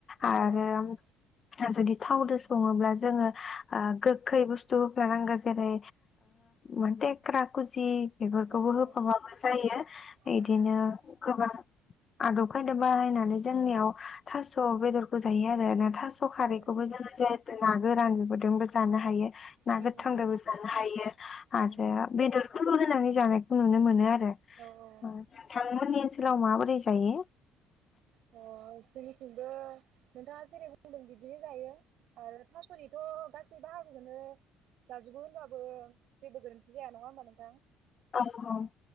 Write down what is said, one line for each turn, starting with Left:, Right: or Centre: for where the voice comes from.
Left: आरो
Right: औ औ
Left: जुदि थावदो सङोब्ला जोङो ओ गोखै बुस्थु होफानांगो जेरै ओ टेक्रा कुजि। बेफोरखौबो
Right: औ
Left: होफाबाबो जायो।
Right: उम
Left: इदिनो।
Right: उम
Left: गोबां आदब खायदा बाहायनानै जोंनियाव थास' बेदरखौ जायो आरो ना थास स खारैखौबो
Right: औ
Left: लोगोसे ना गोरान बेफोरजोंबो जानो हायो। ना
Right: उम
Left: गोथां
Right: उम
Left: जानो हायो आरो
Right: उम
Left: बेदरखौबो होनानै जानायखौ नुनो मोनो आरो।
Right: औ औ।
Left: नोंथांमोननि ओनसोलाव माबोरै जायो?
Right: औ अ जोंनिथिंबो नोंथाङा जेरै बुंदों बिदिनो जायो आरो थासनिथ' गासै बा <unintelligible> जाजोबो होनबाबो जेबो गोरोन्थि जाया नङा होमबा नोंथां।
Left: औ औ।